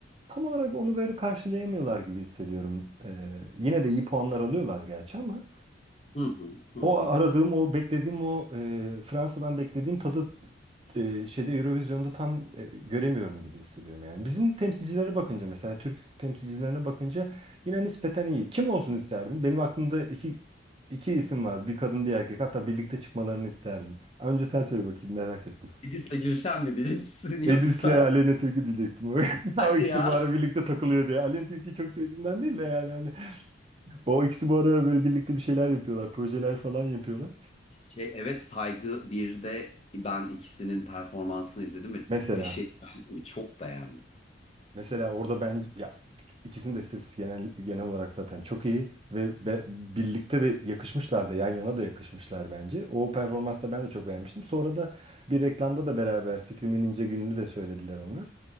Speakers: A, on the right; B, on the left.
A: tam olarak onu böyle karşılayamıyorlar gibi hissediyorum. Ee, yine de iyi puanlar alıyorlar gerçi ama.
B: Hı hı hı
A: O
B: hı.
A: aradığım, o beklediğim, o e, Fransa'dan beklediğim tadı e, şeyde Eurovision'da tam e, göremiyorum gibi hissediyorum yani. Bizim temsilcilere bakınca mesela Türk temsilcilerine bakınca yine nispeten iyi. Kim olsun isterdin? Benim aklımda iki iki isim var. Bir kadın, bir erkek. Hatta birlikte çıkmalarını isterdim. Önce sen söyle bakayım merak ettim.
B: Elis'le Gülşen mi diyeceksin yoksa?
A: Edis'le Aleyna Tilki diyecektim. <laughs>
B: Hadi
A: O ikisi
B: ya.
A: bu ara birlikte takılıyor diye. Aleyna Tilki'yi çok sevdiğimden değil de yani hani o ikisi bu ara böyle birlikte bir şeyler yapıyorlar, projeler falan yapıyorlar.
B: Şey evet saygı bir de ben ikisinin performansını izledim ve
A: Mesela.
B: Beşir mi çok beğendim.
A: Mesela orada ben ya ikisinin de sesi genel genel olarak zaten çok iyi ve be- birlikte de yakışmışlar da yan yana da yakışmışlar bence. O performansı da ben de çok beğenmiştim. Sonra da bir reklamda da beraber Fikrimin İnce Günü'nü de söylediler onlar.